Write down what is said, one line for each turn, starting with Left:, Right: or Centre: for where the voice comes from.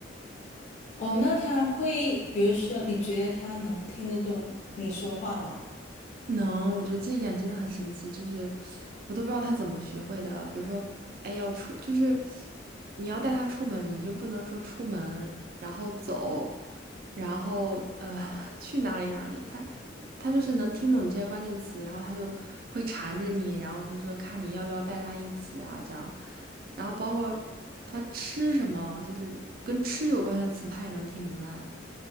Left: 哦，那它会，比如说，你觉得它能听得懂你说话吗？
Right: 能，我觉得这一点真的很神奇，就是我都不知道他怎么学会的。比如说，哎，要出，就是你要带他出门，你就不能说出门，然后走，然后呃 <laughs> 去哪里哪里。他他就是能听懂这些关键词，然后他就会缠着你，然后就说看你要不要带他一起啊，这样。然后包括他吃什么，就是跟吃有关的词，他也能听明白。